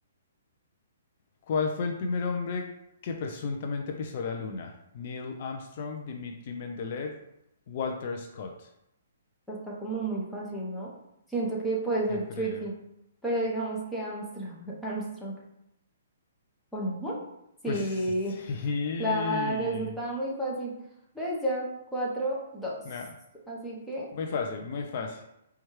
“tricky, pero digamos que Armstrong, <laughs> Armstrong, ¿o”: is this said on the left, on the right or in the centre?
Centre